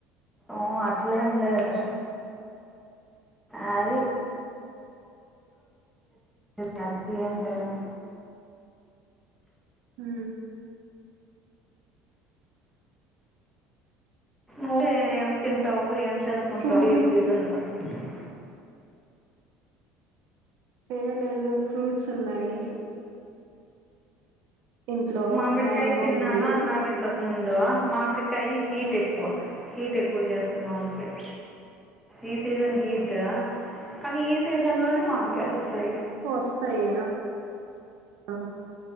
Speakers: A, in the centre; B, on the right (about 60°).
A: ఓ అట్లా ఏం లేదు అవి కల్తీ ఏం లేదు
B: హ
A: అదే ఏం తింటావు ఏం చేసుకుంటా
B: ఫ్రూట్
A: ఈ
B: మీ
A: సీజన్ లా <unintelligible>
B: ఏ లేదు ఫ్రూట్స్ ఉన్నాయి ఇంట్లో
A: మామిడికాయ్
B: మ్యాంగో
A: తిన్నాను
B: ఉంది
A: అన్నావ్ ఇంతక్ ముందు మామిడి కై హీట్ కువ హీట్ ఎక్కువ జెస్ మామిడ్కాయ్ ఈ సీజన్ హీట్ ట కానీ ఈ సీజన్ లోనే మామిడికాయలు వస్తాయి
B: వస్తాయి ఆ